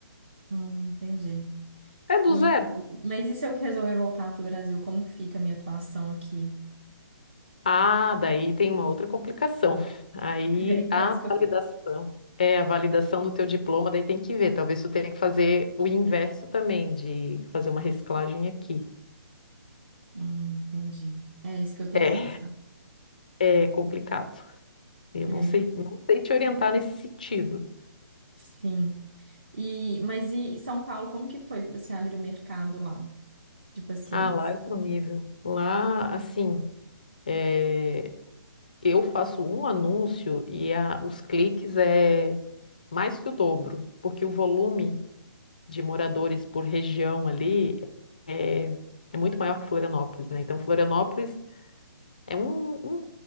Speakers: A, on the right (about 30°); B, on the left (about 20°).
A: Hum, entendi.
B: É do
A: E,
B: zero.
A: mas e se eu resolver voltar para o Brasil, como que fica a minha atuação aqui?
B: Ah, daí tem uma outra complicação. <laughs> Aí
A: <laughs> É, então
B: a
A: é isso que eu
B: validação.
A: tô.
B: É, a validação do teu diploma, daí tem que ver. Talvez tu tenha que fazer o inverso também, de fazer uma reciclagem aqui.
A: Hum, entendi. É isso que eu tenho
B: É,
A: que pensar.
B: é complicado. Eu
A: É,
B: não sei, não sei te orientar nesse sentido.
A: sim. E, mas e, e São Paulo, como que foi para se abrir o mercado lá de pacientes?
B: Ah, lá é outro nível. Lá, assim, é, eu faço um anúncio e a- os cliques é mais que o dobro, porque o volume de moradores por região ali é, é muito maior que Florianópolis, né? Então, Florianópolis é um- um-